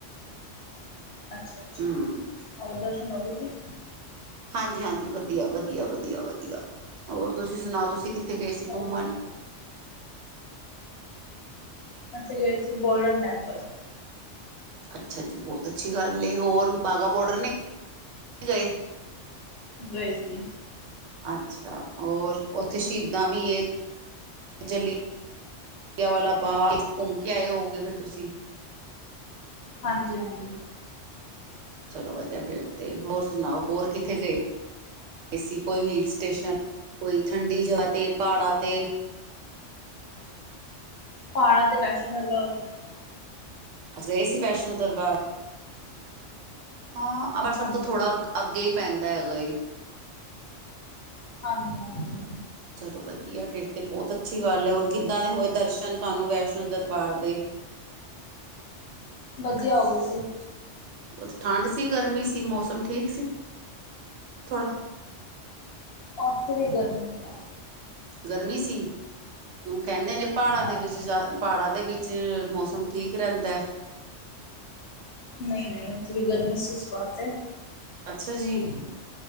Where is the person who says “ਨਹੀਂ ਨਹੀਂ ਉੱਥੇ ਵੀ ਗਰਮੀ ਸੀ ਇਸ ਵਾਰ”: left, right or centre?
Left